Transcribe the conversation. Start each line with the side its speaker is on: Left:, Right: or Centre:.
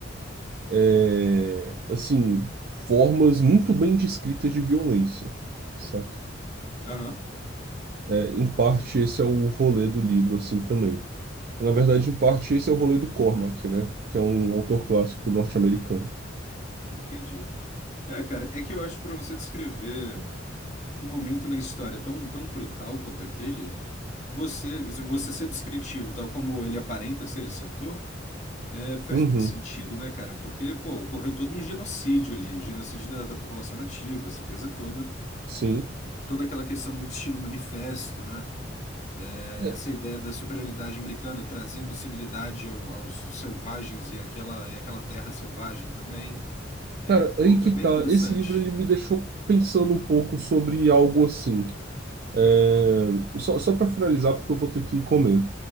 Right: é, assim, formas muito bem descritas de violência, saca?
Left: Aham,
Right: É, em parte, esse é o rolê do livro, assim, também. Na verdade, em parte, esse é o rolê do Cormac, né? Que é um autor clássico norte-americano.
Left: entendi. É, cara, é que eu acho que para você descrever. um momento na história tão, tão brutal quanto aquele, você, se você ser descritivo, tal como ele aparenta ser esse autor, é, faz
Right: Uhum,
Left: muito sentido, né, cara? Porque, pô, ocorreu todo um genocídio ali, genocídio da, da população nativa, essa coisa toda,
Right: sim.
Left: toda aquela questão do destino manifesto, né? É,
Right: É,
Left: essa ideia da superioridade americana trazendo civilidade ao- aos selvagens e aquela, e aquela terra selvagem também. É,
Right: Cara,
Left: pô,
Right: aí que
Left: é bem
Right: tá.
Left: interessante.
Right: Esse livro ele me deixou pensando um pouco sobre algo assim. É, Só, só para finalizar, porque eu vou ter que comer.